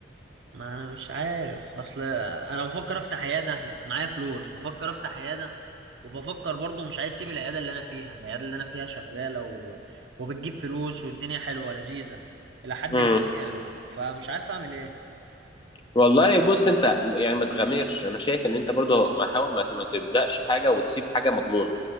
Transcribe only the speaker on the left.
حاجه
والله بص انت يعني ما تغامرش انا شايف ان انت برضه ما حاول ما ما تبداش حاجه وتسيب حاجه مضمونه